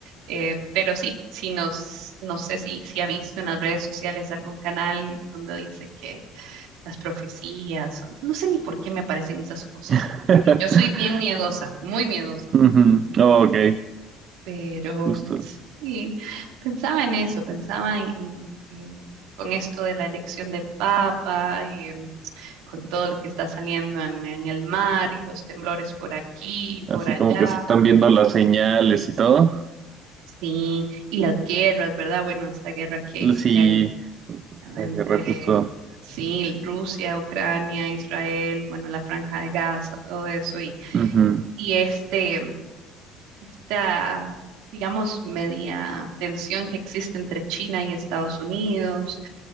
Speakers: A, on the right (about 75°); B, on the right (about 50°).
A: Eh, pero sí, si nos, no sé si, si ha visto en las redes sociales algún canal donde dice que las profecías, no sé ni por qué me aparecen esas cosas.
B: <laughs>
A: Y yo soy bien miedosa, muy miedosa,
B: Ujú. Ok,
A: pero
B: justo.
A: sí, pensaba en eso, pensaba en, en- en- con esto de la elección del Papa con todo lo que está saliendo en, en el mar y los temblores por aquí y por
B: Así
A: allá.
B: como que se están viendo las señales y todo.
A: Sí, y las guerras, ¿verdad? Bueno, esta guerra que
B: Sí,
A: que hay
B: agarré
A: entre,
B: justo.
A: sí, Rusia, Ucrania, Israel, bueno, la Franja de Gaza, todo eso, y,
B: Ujú.
A: y este, esta, digamos, media tensión que existe entre China y Estados Unidos.